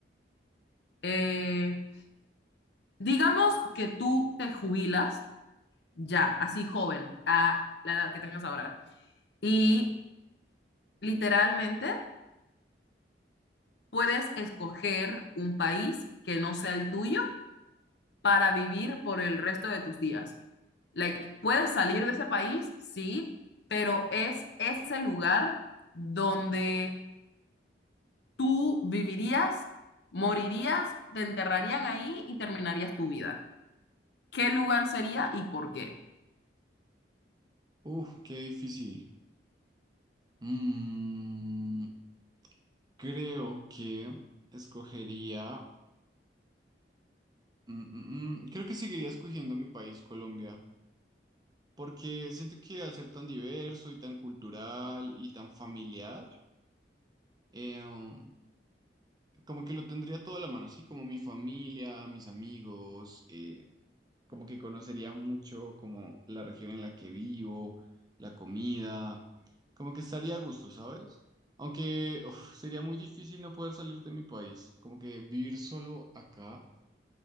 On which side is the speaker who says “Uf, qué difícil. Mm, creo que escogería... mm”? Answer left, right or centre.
Right